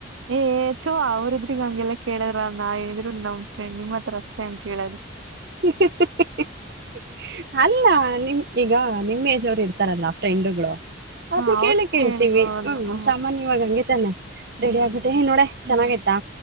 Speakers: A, on the right; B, on the right.
A: ಏಥವಾ ಅವರಿದ್ರಗ ಹಂಗೆಲ್ಲ ಕೇಳಿದ್ರ ನಾ ಏನಿದ್ರ ನಮ್ ಫ್ರೆಂಡ್ ನಿಮ್ಮ ಹತ್ರ ಅಷ್ಟೇ ಅಂತೇಳೋದು
B: ಹ ಅಲ್ಲ ನಿಮ್ ಈಗ ನಿಮ್ಮೇಜೋರು ಇರ್ತಾರಲ್ಲ ಫ್ರೆಂಡುಗಳು ಅದ್ನ್ನ
A: ಹ ಅವ್ರಿಗೆ
B: ಕೇಳ ಕೇಳ್ತೀವಿ
A: ಕೇಳ್ಬೋದು
B: ಹ್ಮ್
A: ಹ
B: ಸಾಮಾನ್ಯವಾಗ ಹಂಗಗೆ ತಾನೆ
A: ಹ್ಮ್
B: ರೆಡಿ ಆಗ್ಬಿಟ್ಟೆ ನೋಡ
A: ಹ್ಮ್
B: ಚೆನ್ನಾಗಯ್ತಾ